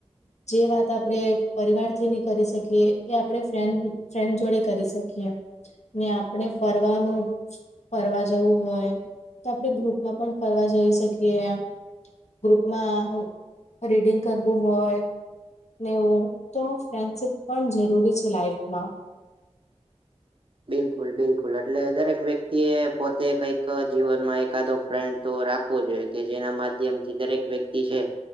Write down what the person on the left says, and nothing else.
જે વાત આપડે પરિવાર થી ની કરી શકીએ એ આપણેે ફ્રેન્ડ ફ્રેન્ડ જોડે કરી શકીએ. ને આપણે ફરવાનું ફરવા જવું હોય તો આપણે ગ્રુપમાં પણ ફરવા જઈ શકીએ. ગ્રુપમાં રીડિંગ કરવું હોય નેવું તો ફ્રેન્ડશીપ પણ જરૂરી છે લાઈફમાં.